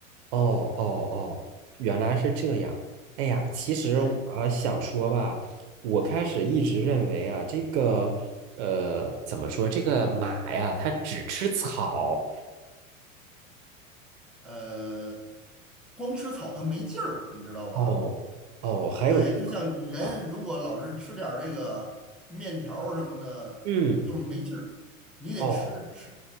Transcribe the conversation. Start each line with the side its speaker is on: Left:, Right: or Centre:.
Right: 哦哦哦，原来是这样。哎呀，其实我呃想说吧，
Centre: 对。
Right: 我开始一直认为啊，这个呃，怎么说，这个马呀，它只吃草。
Centre: 呃，光吃草它没劲儿，你知道吧？
Right: 哦哦，还有这样啊，
Centre: 对，就像人如果老是吃点儿这个面条儿什么的，
Right: 嗯，
Centre: 就是没劲儿。你得吃吃
Right: 哦